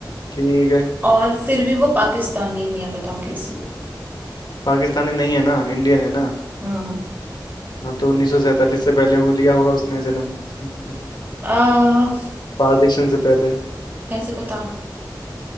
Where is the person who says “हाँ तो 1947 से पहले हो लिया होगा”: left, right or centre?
Left